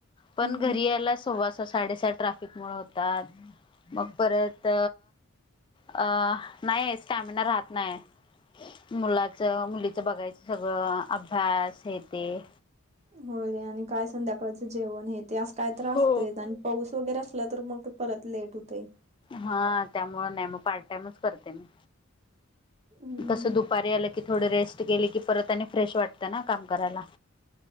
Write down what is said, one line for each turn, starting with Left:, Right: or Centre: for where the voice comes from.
Left: पण
Right: हम्म हम्म.
Left: घरी यायला सव्वा सहा साडेसात, ट्रॅफिक मुळ होतात मग परत, अ नाही स्टॅमिना राहत नाही आहं. मुलाच मुलीच बघायचं सगळं अभ्यास हे तेे.
Right: होय आणि काय संध्याकाळचं जेवण हे ते असं काय तर असतंय
Left: हो.
Right: आणि पाऊस वगैरे असला तर मग परत लेट होतंय.
Left: हा त्यामुळं नाही मग पार्ट टाइमच करते मी.
Right: हम्म.
Left: तसं दुपारी आलं की थोडं रेस्ट, केली की परत आणि फ्रेश वाटतं ना काम करायला.